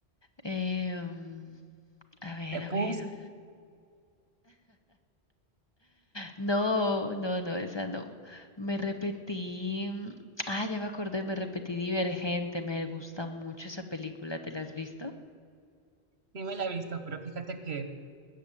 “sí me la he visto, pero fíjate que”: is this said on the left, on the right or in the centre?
Right